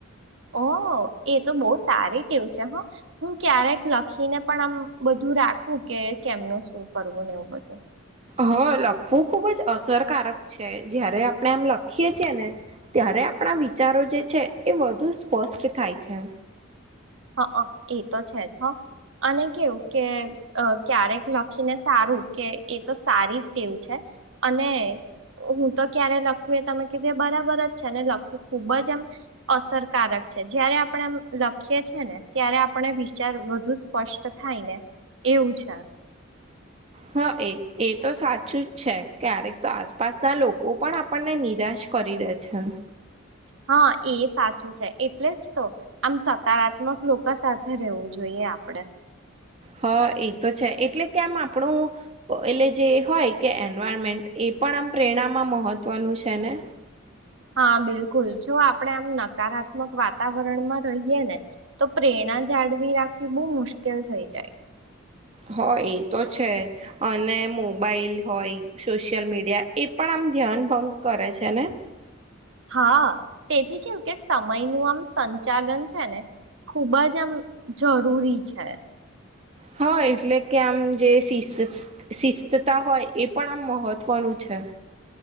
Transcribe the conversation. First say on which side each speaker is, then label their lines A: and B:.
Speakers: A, on the right; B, on the right.
A: ઓ એ તો બહુ સારી ટેવું છે, હ હું ક્યારેક લખીને પણ આમ બ ધું રાખું કે કેમ નુ શું કરવું ને એવું બધું.
B: હ લખવું ખુબ જ અસરકારક છે, જયારે આપણે એમ લખીએ છીએ ને ત્યારે આ પણા વિચારો જે છે, એ વધુ સ્પષ્ટ થાય છે.
A: હ અ એ તો છે જ હ અને કેવું કે અં ક્યારેક લખીને સારું કે એ તો સારી ટેવ છે. અને. હું તો ક્યારે લખવું એ તમે કીધું એ બરાબર જ છે ને લખવું ખુબ જ એમ અસરકારક. છે, જયારે આપણેે લખીએ છે ને ત્યારે આપણે વિચાર વધુ સ્પષ્ટ થાય ને એવું છે.
B: હા એ એ તો સાચું જ છે, ક્યારેક તો આસપાસના લોકો પણ આ પણને નિરાશ કરી દે છે.
A: હા એ સાચું છે, એટલે જ તો આમ સકારાત્મક લોકો સાથે રહેવું જોઈએ આ પડે.
B: હા એ તો છે, એટલે કે આમ આપણું એટલે જે હોય કે એન્વાયરમેન્ટ એ પણ આમ પ્રેરણામાં મહત્વનું છે ને?
A: હા બિલકુલ જો આપડે આમ નકારાત્મક વાતાવરણમાં રહીએ ને તો પ્રે પ્રણા જાળવી રાખવી બહુ મુશ્કેલ થઈ જાય
B: હોય એ તો છે અને મોબાઈલ હોય સોશિયલ મીડિયા એ પણ મ ધ્યાન ભંગ કરે છે ને?
A: હા તેથી કેવું કે સમય નું આમ સંચાલન છે ને ખૂબ જ આમ જરૂરી છે.
B: હા એટલે કે આમ જે સીસ શિસ્તતા હોય એ પણ આમ મહત્વનું છે. એ.